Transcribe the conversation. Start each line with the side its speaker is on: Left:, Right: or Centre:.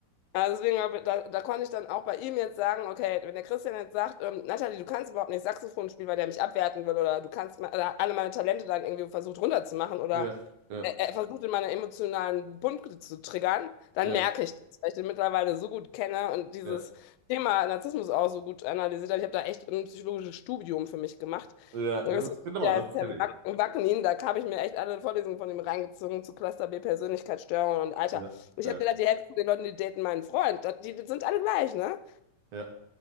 Left: Also deswegen, hab ich- da, da konnte ich dann auch bei ihm jetzt sagen, okay, wenn der Christian jetzt sagt, ähm, Natalie, du kannst überhaupt nicht Saxophon spielen, weil der mich abwerten will oder du kannst me- oder alle meine Talente dann irgendwie versucht runterzumachen oder
Right: ja, ja,
Left: er, er versucht in meiner emotionalen Punkte zu triggern, dann
Right: ja,
Left: merke ich das, weil ich den mittlerweile so gut kenne und dieses
Right: ja,
Left: Thema Narzissmus auch so gut analysiert habe. Ich habe da echt ein psychologisches Studium für mich gemacht.
Right: ja,
Left: Und
Right: das,
Left: das,
Right: genau,
Left: der
Right: das
Left: ist Sam
Right: kenne
Left: Wack-
Right: ich.
Left: Wackenin, da habe ich mir echt alle Vorlesungen von ihm reingezogen zu Cluster B Persönlichkeitsstörungen und Alter.
Right: Ja,
Left: Ich
Right: ja,
Left: habe gedacht, die Hälfte von den Leuten, die daten meinen Freund, das- die, die sind alle gleich, ne?
Right: ja,